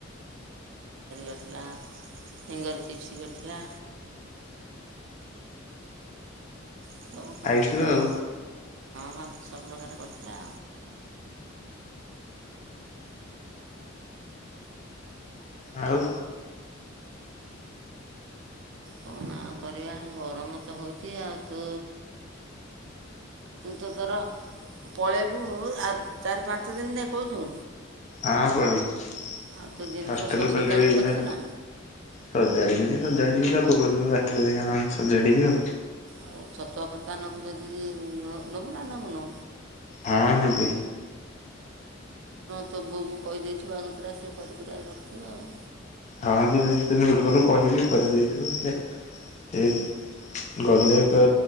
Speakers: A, on the right; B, on the left.
A: କରିଥିଲା। ଫିଙ୍ଗର୍ ଚିପ୍ସ କରିଥିଲା। ସବୁ କରିଥିଲା
B: ଖାଇଛୁ
A: ପା
B: ଆଉ
A: ହଃ ସବୁ ପ୍ରକାର କରିଥିଲା।
B: ଆଉ?
A: କଣ ଆଉ କରିବା ଗରମ ତ ହୋଉଛି ଆଉ ତୁ ତୁ ତୋର ପଳେଇବୁ ଆଉ ଚାରି ପାଞ୍ଚ ଦିନ ଯାକ କହୁଛୁ।
B: ହଁ ପଳେଇବି।
A: ଆଉ ତୁ ଜିନିଷ
B: ହଷ୍ଟେଲ
A: ସବୁ
B: ଖୋଲିବ
A: ସଜାଡ଼ିକି
B: ଯାହା
A: ରଖିଛୁ ନା
B: ସଦଡ଼ି ସଜାଡ଼ିବି। ପୂର୍ବ ଦିନ ରାତିରେ ଦେଖିଆ ନହେଲେ ସଜାଡ଼ିବି ଆଉ।
A: ଆଉ ଛତୁଆ ଫତୁଆ ନେବୁ ଯଦି ନେବୁ ନା ନବୁନ?
B: ହଁ ହେନ୍ତି।
A: ତ ବୋଉ କୁ କହିଦେଇଥିବୁ ଆଗତୁରିଆ ସେ କରିି କୁରାକି ରଖିଥିବ ଆଉ।
B: ହଁ ଦିନ ଦୁଇ ଦିନ ପୂର୍ବରୁ କହିବି କରିଦେଇଥିବ ସେ ଏ ଗଲେ କ